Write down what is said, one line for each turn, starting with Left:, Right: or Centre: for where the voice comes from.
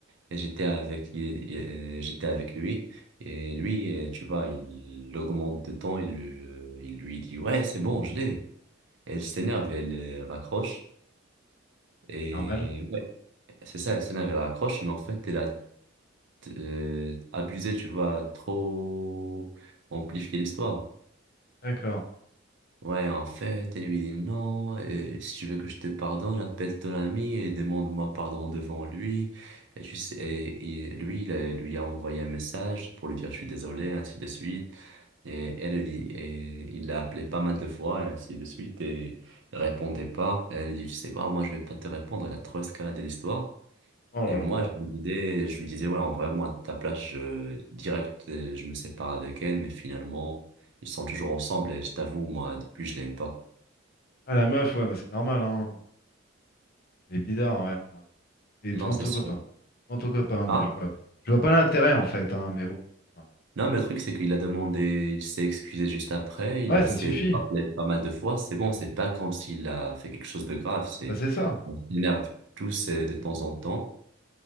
Right: Et j'étais avec, il- il- euh, j'étais avec lui. Et lui, euh, tu vois, il augmente de temps. Il, lui- il lui dit, Ouais, c'est bon, je l'ai. Et elle s'énerve, elle euh, raccroche. Et
Left: Normal.
Right: C'est ça, elle s'énerve, elle raccroche, mais en fait, elle a euh, abusé, tu vois, trop amplifié l'histoire.
Left: D'accord.
Right: Ouais, en fait, elle lui dit non, et si tu veux que je te pardonne, appelle ton ami et demande-moi pardon devant lui. Et, tu sais, et- et lui, il a- lui a envoyé un message pour lui dire je suis désolé, ainsi de suite. Et elle lui dit, et il l'a appelé pas mal de fois, et ainsi de suite, et il répondait pas. Elle lui dit, tu sais quoi, moi je vais pas te répondre, elle a trop escaladé l'histoire.
Left: Oh là
Right: Et moi,
Left: là.
Right: je me disais, je lui disais, ouais, en vrai, moi, à ta place, je, direct, euh, je me sépare avec elle, mais finalement, ils sont toujours ensemble et je t'avoue, moi, depuis, je l'aime pas.
Left: Ah, la meuf, ouais, bah c'est normal, hein. C'est bizarre, ouais. Enfin, c'est
Right: Non,
Left: devant
Right: c'est
Left: ton
Right: sûr.
Left: copain. Devant ton copain,
Right: Ah?
Left: mais je vois, je vois pas l'intérêt en fait, hein, mais bon. Enfin,
Right: Non, mais le truc, c'est qu'il a demandé, il s'est excusé juste après, il
Left: ouais,
Right: a essayé
Left: ça suffit.
Right: de me rappeler pas mal de fois. C'est bon, c'est pas comme s'il a fait quelque chose de grave, c'est,
Left: Ça, c'est ça.
Right: on s'énerve tous euh, de temps en temps.